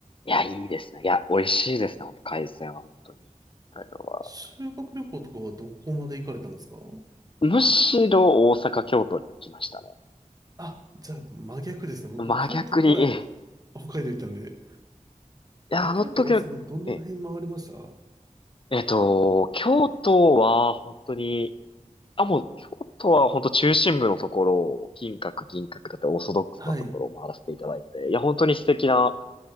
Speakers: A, on the left; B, on the right.
A: いや、いいですね。いや、美味しいですね。本当海鮮は本当に。あれは。
B: 修学旅行とかはどこまで行かれたんですか
A: むしろ大阪、京都に行きましたね。
B: あ、じゃあ真逆ですね。僕、
A: 真逆に、
B: 京都から
A: ええ
B: 北海道行ったんで。
A: いや、
B: え、
A: あの時の、
B: 京都、大阪、どの辺回りました
A: えええっと、京都は本当に、あ、もう、京都は本当中心部のところを、金閣、銀閣だったりオーソドックスなところを回らせていただいて、
B: はい、
A: いや、本当に素敵な、